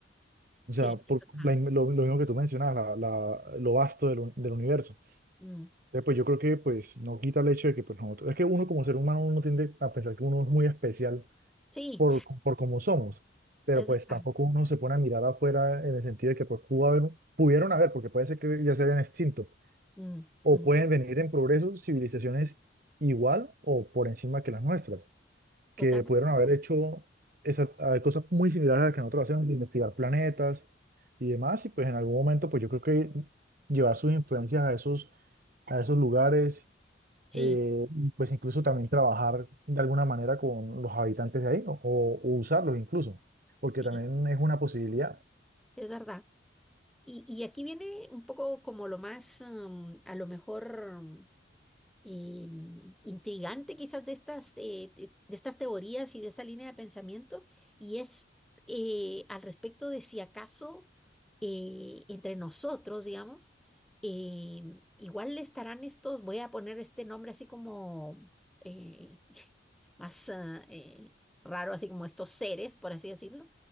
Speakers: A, on the right; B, in the centre.
A: O
B: sí,
A: sea, por
B: es verdad.
A: la in- lo, lo mismo que tú mencionabas, la- la- lo vasto del, un- del universo.
B: Mm,
A: Entonces, pues yo creo que pues no quita el hecho de que pues nosotros, es que uno como ser humano uno tiende a pensar que uno es muy especial
B: sí,
A: por, por cómo somos. Pero
B: es
A: pues
B: verdad.
A: tampoco uno se pone a mirar afuera en el sentido de que pues pudo haber- pudieron haber, porque puede ser que ya se hayan extinto,
B: Mm,
A: o
B: mm,
A: pueden venir en progreso civilizaciones igual o por encima que las nuestras,
B: totalmente.
A: que pudieron
B: de
A: haber
B: acuerdo.
A: hecho esas, ah, cosas muy similares a las que nosotros hacemos, de investigar planetas y demás, y pues en algún momento pues yo creo que llevar sus influencias a esos, a esos lugares
B: Sí,
A: eh, y pues incluso también trabajar de alguna manera con los habitantes de ahí o, o usarlos incluso, porque
B: sí,
A: también es una posibilidad.
B: es verdad. Y, y aquí viene un poco como lo más, mm, a lo mejor eh, intrigante quizás de estas, eh, de, de estas teorías y de esta línea de pensamiento, y es eh, al respecto de si acaso eh, entre nosotros, digamos, eh, igual estarán estos, voy a poner este nombre así como eh, <laughs> más ah, eh, raro, así como estos seres, por así decirlo,